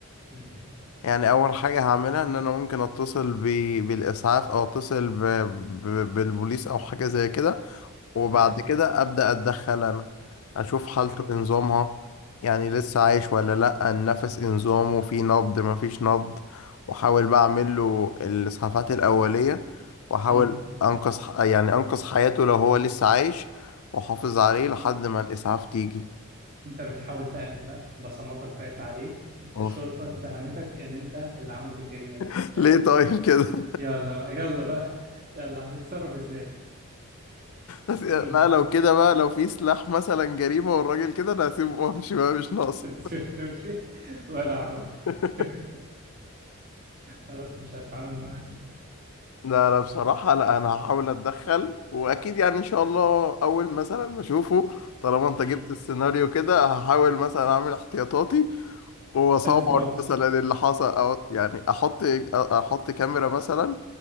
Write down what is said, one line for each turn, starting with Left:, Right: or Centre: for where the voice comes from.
Right: امم
Left: يعني اول حاجة هعملها ان انا ممكن اتصل ب... بالاسعاف او اتصل ب... ب... بالبوليس او حاجة زي كده وبعد
Right: ماشي
Left: كده أبدأ أتدخل أنا أشوف حالته
Right: امم
Left: إيه نظامها يعني لسه عايش ولا لأ النفس إيه نظامه في نبض مفيش نبض وأحاول بقى أعمل له الإسعافات الأولية وأحاول
Right: امم
Left: أنقذ ح- يعني أنقذ حياته لو هو لسه عايش وأحافظ عليه لحد ما الإسعاف تيجي
Right: أنت بتحاول تعمل ده بصماتك بقت عليه
Left: اوف
Right: والشرطة اتهمتك إن أنت اللي عملت الجريمة دي
Left: <laughs>
Right: هتعمل
Left: ليه طيب
Right: إيه؟
Left: كده <laughs>
Right: يلا بقى يلا بقى يلا هتتصرف إزاي؟
Left: بس لا
Right: امم
Left: لو كده بقى لو في سلاح مثلا جريمة والراجل كده أنا هسيبه وأمشي بقى مش ناقص
Right: <laughs> تمشي ولا عبط
Left: <laughs>
Right: <laughs> خلاص مش هتعامل معاه
Left: لا انا بصراحة لا انا هحاول اتدخل واكيد يعني ان شاء الله اول مثلا ما اشوفه طالما انت جبت
Right: مم.
Left: السيناريو كده هحاول مثلا اعمل احتياطاتي واصور
Right: ألبس جلافز
Left: مثلا اللي حصل او يعني احط احط كاميرا مثلا